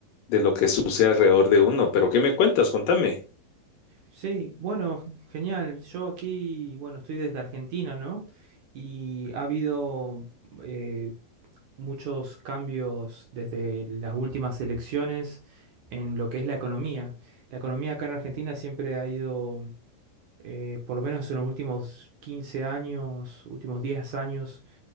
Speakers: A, on the left; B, on the right.
A: de lo que sucede alrededor de uno. Pero ¿qué me cuentas? Contame.
B: Sí, bueno, genial. Yo aquí, bueno, estoy desde Argentina, ¿no? Y ha habido eh, muchos cambios desde las últimas elecciones en lo que es la economía. La economía acá en Argentina siempre ha ido eh, por lo menos en los últimos 15 años, últimos 10 años,